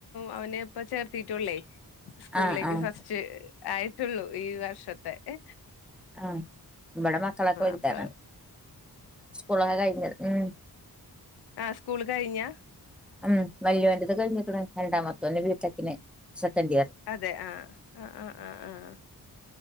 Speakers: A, on the left (about 85°); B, in the centre.
A: അവനെപ്പ ചേർത്തി റ്റൊള്ളേ സ്കൂൾലേക്ക്
B: ആഹ് ആഹ്
A: ഫസ് ച്ച് ആയിട്ടൊള്ളൂ ഈ വർഷത്തെ എ
B: ആഹ് ഇവടെ മക്കളൊക്കെ വല്താണ്
A: അപ്പൊ
B: സ്കൂളൊക്കെ കഴിഞ്ഞത് ഉം
A: ആഹ് സ്കൂള് കഴിഞ്ഞാ
B: ഉം വല്യോരത് കഴിഞ്ക്ക്ണ് രണ്ടാമത്തോന്ഞ്ഞി ബിടെക്ന് സെക്കൻൻ്റിയർ
A: അതെ ആഹ് ആഹ് ആഹ് ആഹ് ആഹ്